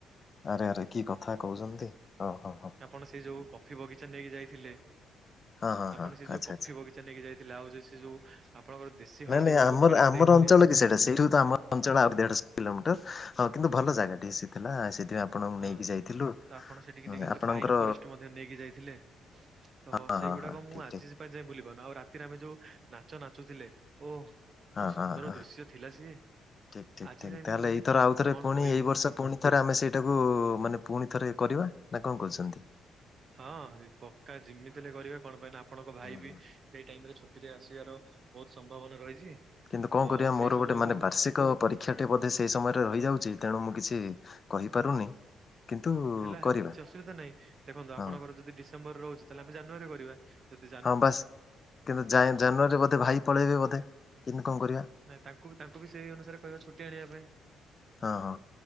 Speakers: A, on the left; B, on the right.
A: ଆରେ ଆରେ କି କଥା କହୁଛନ୍ତି? ଓହୋ।
B: ଆପଣ ସେ ଯୋଉ କଫି ବଗିଚା ନେଇକି ଯାଇଥିଲେ।
A: ହଁ ହଁ ହଁ
B: ଆପଣ ସେ ଯୋଉ
A: ଆଚ୍ଛା
B: କଫି
A: ଆଚ୍ଛା।
B: ବଗିଚା ବଗିଚା ନେଇକି ଯାଇଥିଲଥିଲେ। ଆଉ ସେ ଯୋଉ ଆପଣଙ୍କର ଦେଶୀ ହଳଦୀ
A: ନାଇଁ ନାଇଁ
B: ଗୁଡାକ
A: ଆମର
B: କିଣିକି
A: ଆମର
B: ଦେଇଥିଲେ
A: ଅଞ୍ଚଳ କି ସେଇଟା? ସେଇଠୁ
B: ଆଉ
A: ତ ଆମ ଅଞ୍ଚଳ ଆଉ ଦେଢ କିଲୋମିଟର ହଁ କିନ୍ତୁ ଭଲ ଜାଗା ଟି ସେ ଥିଲା। ସେଥିପାଇଁ ଆପଣଙ୍କୁ
B: ହଁ
A: ନେଇକି ଯାଇଥିଲୁ।
B: ତ ଆପଣ ସେଠିକି ନେଇକିଥିଲେ।
A: ଆପଣଙ୍କର
B: ପାଇନ୍ ଫରେଷ୍ଟ ମଧ୍ୟ ନେଇକି ଯାଇଥିଲେ। ତ
A: ହଁ
B: ସେଇଗୁଡାକ
A: ହଁ ହଁ
B: ମୁଁ
A: ଠିକ
B: ଆଜି
A: ଠିକ
B: ସି ପାଇଁ ଯାଇ ଭୁଲି ପାରୁନି। ଆଉ ରାତିରେ ଆମେ ଯୋଉ ନାଚ ନାଚୁଥିଲେ। ଓ କି
A: ହଁ
B: ସୁନ୍ଦର
A: ହଁ ହଁ।
B: ଦୃଶ୍ୟ ଥିଲା ସିଏ।
A: ଠିକ୍ ଠିକ୍
B: ଆଜି
A: ଠିକ୍
B: ଯାଏ
A: ତାହେଲେ
B: ବିି ମାନେ,
A: ଏଇଥର ଆଉ ଥରେ
B: କଣ
A: ପୁଣି
B: କହିବି?
A: ଏଇ ବର୍ଷ ପୁଣି ଥରେ ଆମେ ସେଇଟାକୁ ମାନେ ଫୁଣି ଥରେ କରିବା ନା କଣ କରୁଛନ୍ତି?
B: ହଁ ପକ୍କା ଯେମିତି ହେଲେ କରିବା। କଣ ପାଇଁ ନା ଆପଣଙ୍କ ଭାଇ
A: ହଁ
B: ବି
A: ହଁ।
B: ସେଇ ଟାଇମ୍ ରେ ଛୁଟିରେ ଆସିବାର ବୋହୁତ୍ ସମ୍ଭାବନା ରହିଛି।
A: କିନ୍ତୁ କଣ
B: ତ
A: କରିବା ମୋର
B: ସେଇ ସମୟକୁ
A: ଗୋଟେ ମାନେ ବାର୍ଷିକ୍ କ ପରୀକ୍ଷା ଟି ବୋଧେ ସେଇ ସମୟରେ ରହିଯାଉଛି, ତେଣୁ ମୁଁ କିଛି କହିପାରୁନି। କିନ୍ତୁ
B: ହେଲା ହେ
A: କରିବା
B: କିଛି ଅସୁବିଧା ନାହିଁ, ଦେଖନ୍ତୁ ଆପଣଙ୍କର
A: ହଁ
B: ଯଦି ଡିସେମ୍ବରରେ ରହୁଛି ତାହେଲେ ଆମେ ଜାନୁଆରୀ ରେ କରିବା। ଯଦି
A: ହଁ ବାସ୍। କିନ୍ତୁ ଯାଏ-ଜାନୁଆରୀରେ ବୋଧେ ଭାଇ ପଳେଇବେ ବୋଧେ ଫୁଣି କମ କରିବା?
B: ନାଇଁ ତାଙ୍କୁ ବି ତାଙ୍କୁ ବି ସେଇ ଅନୁସାରେ କହିବା ଛୁଟି ଆଣିବା ପାଇଁ।
A: ହଁ ହଁ,